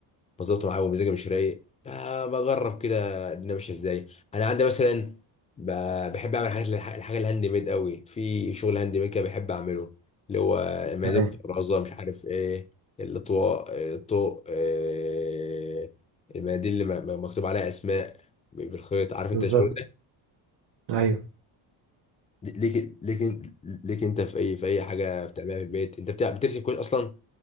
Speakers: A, on the left; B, on the right.
A: مظبوطه معايا ومزاجي مش رايق ب- بجرب كده الدنيا ماشيه ازاي انا عندي مثلا ب- بحب اعمل حاجات الح- الحاجه الهاند ميد قوي في شغل هاند ميد كده بحب اعمله اللي هو مزاد
B: ايوه
A: الرازه مش عارف ايه الاطواق آه، الطوق آه، المناديل اللي م- م- مكتوب عليها اسماء ب- بالخيط عارف
B: بالظبط
A: انت الشغل
B: ايوه
A: ليك ليك ليك انت في اي في اي حاجه بتعملها في البيت انت بتع... بترسم كويس اصلا